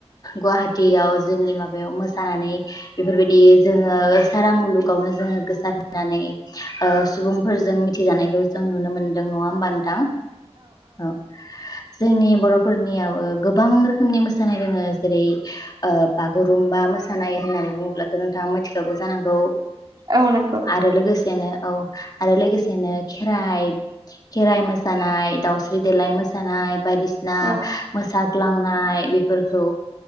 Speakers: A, on the left (about 35°); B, on the right (about 40°).
A: गुवाहाटियाव जोंनि माबायाव मोसानानै बेफोरबायदि जोङो सारा मुलुगावनो जोङो गोसार होनानै ओ सुबुंफोरजों मिथिजानायखौ जों नुनो मोनदों नङा होनबा नोंथां औ जोंनि बर' फोरनियाबो गोबां रोखोमनि मोसानाय दोङो जेरै ओ बागुरुम्बा मोसानाय होननानै बुङोब्लाथ' नोंथाङा मिथिखागौ जानांगौ
B: औ नंगौ
A: आरो लोगोसेनो औ आरो लोगोसेनो खेर खेराइ मोसानाय दाावस्रि देलाय मोसानाय बायदिसिना सिना
B: औ
A: मोसा ग्लांनाय बेफोरखौ